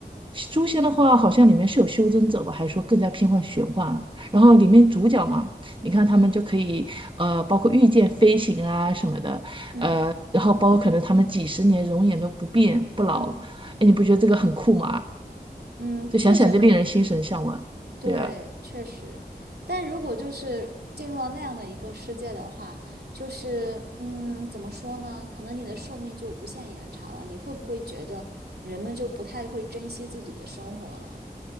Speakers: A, on the right; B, on the right.
A: 《诛仙》的话，好像里面是有修真者吧，还是说更加偏向玄幻啊？然后里面主角嘛，你看他们就可以，呃，包括御剑飞行啊什么的。
B: 嗯
A: 然后包括可能他们几十年容颜都不变不老，
B: 嗯
A: 哎，你不觉得这个很酷吗？
B: 嗯，
A: 就想想就令人心神向往，
B: 确实很酷。对，
A: 对啊。
B: 确实，但如果就是进入到那样的一个世界的话，就是嗯，怎么说呢？可能你的寿命就无限延长了。你会不会觉得人们就不太会珍惜自己的生活了？